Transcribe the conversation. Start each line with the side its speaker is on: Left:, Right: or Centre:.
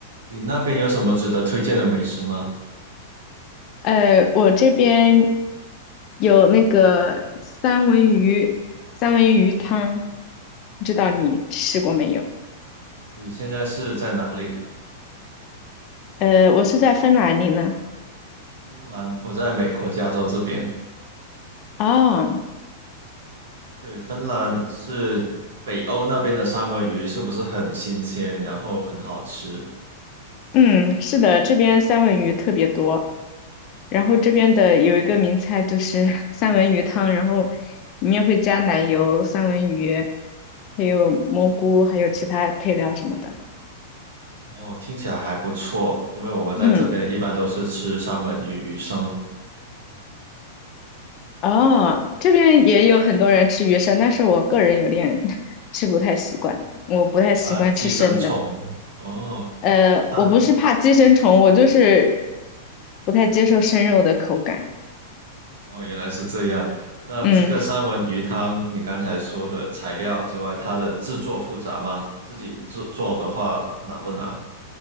Right: 你那边有什么值得推荐的美食吗？
Left: 呃，我这边有那个三文鱼，三文鱼汤，不知道你吃过没有？
Right: 你现在是在哪里？
Left: 呃，我是在芬兰，你呢？
Right: 芬兰，我在美国加州这边。
Left: 啊，
Right: 对，芬兰是北欧那边的三文鱼，是不是很新鲜，然后很好吃？
Left: 嗯，是的，这边三文鱼特别多，然后这边的有一个名菜就是 <laughs> 三文鱼汤，然后里面会加奶油、三文鱼，还有蘑菇，还有其他配料什么的。
Right: 哦，听起来还不错，因为我们在这边一般都是吃三文鱼鱼生，
Left: 嗯。哦，这边也有很多人吃鱼生，但是我个人有点 <laughs> 吃不太习惯，我不太习惯吃生的。
Right: 怕寄生虫。哦，
Left: 呃，
Right: 三，
Left: 我不是怕寄生虫，我就是不太接受生肉的口感。
Right: 哦，原来是这样。那这个三文鱼汤，
Left: 嗯
Right: 你刚才说的材料之外，它的制作复杂吗？自己制做的话难不难？